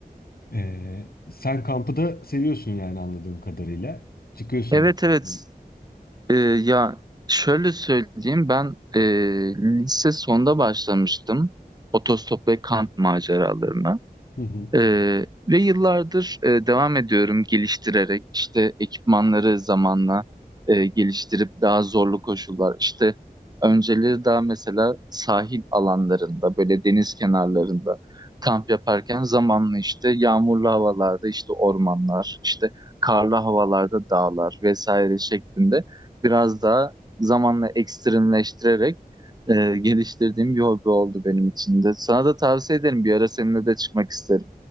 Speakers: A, on the left; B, on the right.
A: E, sen kampı da seviyorsun yani anladığım kadarıyla. Çıkıyorsun
B: Evet
A: da kampı.
B: evet. Ee, ya şöyle söyleyeyim ben e, lise sonda başlamıştım otostop ve kamp maceralarına.
A: <clears throat>
B: Ee, ve yıllardır e, devam ediyorum geliştirerek işte ekipmanları zamanla e, geliştirip daha zorlu koşullar işte önceleri daha mesela sahil alanlarında böyle deniz kenarlarında kamp yaparken zamanla işte yağmurlu havalarda işte ormanlar işte karlı havalarda dağlar vesaire şeklinde biraz daha zamanla ekstremleştirerek e, geliştirdiğim bir hobi oldu benim için de. Sana da tavsiye ederim bir ara seninle de çıkmak isterim.